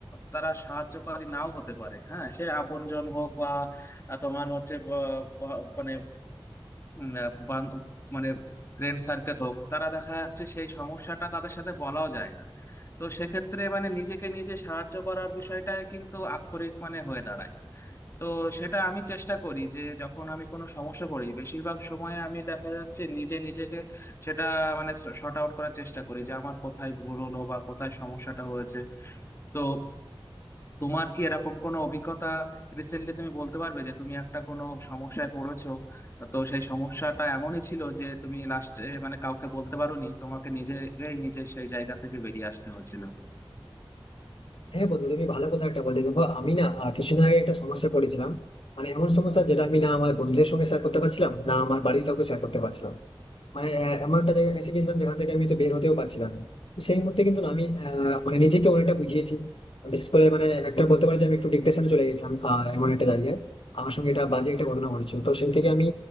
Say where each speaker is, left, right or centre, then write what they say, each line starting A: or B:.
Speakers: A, on the left; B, on the left.
A: তারা সাহায্যকারী নাও হতে পারে হ্যাঁ সে আপনজন হোক বা আহ, তোমার হচ্ছে বা, বা, মানে উম, আহ, বান- মানে ফ্রেন্ড সার্কেল হোক তারা দেখা যাচ্ছে সেই সমস্যাটা তাদের সাথে বলাও যায় না তো সেক্ষেত্রে মানে নিজেকে নিজে সাহায্য করার বিষয়টা কিন্তু আক্ষরিক মানে হয়ে দাঁড়ায় তো সেটা আমি চেষ্টা করি যে যখন আমি কোনো সমস্যা করি বেশিরভাগ সময় আমি দেখা যাচ্ছে নিজে নিজেকে সেটা মানে শর্ট আউট করার চেষ্টা করি যে আমার কোথায় ভুল হলো বা কোথায় সমস্যাটা হয়েছে তো তোমার কি এরকম কোনো অভিজ্ঞতা রিসেন্টলি তুমি বলতে পারবে যে তুমি একটা কোনো সমস্যায় পড়েছো তো সেই সমস্যাটা এমনই ছিল যে তুমি লাস্টে মানে কাউকে বলতে পারোনি তোমাকে নিজে নিজে সেই জায়গা থেকে বেরিয়ে আসতে হয়েছিল
B: হ্যাঁ বন্ধু তুমি ভালো কথা একটা বললে দেখো আমি না আহ, কিছুদিন আগে একটা সমস্যা পড়েছিলাম মানে এমন সমস্যা যেটা আমি না আমার বন্ধুদের সঙ্গে শেয়ার করতে পারছিলাম না আমার বাড়ির কাউকে শেয়ার করতে পারছিলাম মানে আহ, এমন একটা জায়গায় ফেঁসে গেছিলাম যেখান থেকে আমি তো বের হতেও পারছিলাম না তো সেই মুহূর্তে কিন্তু না আমি আহ, মানে নিজেকে অনেকটা বুঝিয়েছি বিশেষ করে মানে একটা বলতে পারি যে আমি একটু ডিপ্রেশনে চলে গেছিলাম আহ, এমন একটা জায়গায় আমার সঙ্গে এটা বাজে একটা ঘটনা ঘটেছিল তো সেই থেকে আমি